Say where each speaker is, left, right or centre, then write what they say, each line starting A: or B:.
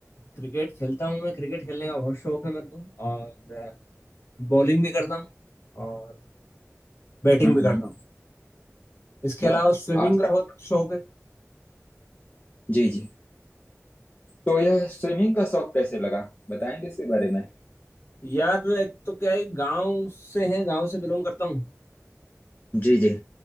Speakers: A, on the left; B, on the left.
A: क्रिकेट खेलता हूँ मैं क्रिकेट खेलने का बहुत शौक है मेरे को और बॉलिंग भी करता हूँ और बैटिंग
B: हम्म,
A: भी
B: हम्म।
A: करता हूँ इसके
B: वाह
A: अलावा स्विमिंग
B: आज
A: का बहुत शौक है
B: जी जी तो यह स्विमिंग का शौक कैसे लगा बताएंगे इसके बारे में
A: यार एक तो क्या है गांव से है गांव से बिलोंग करता हूँ
B: जी जी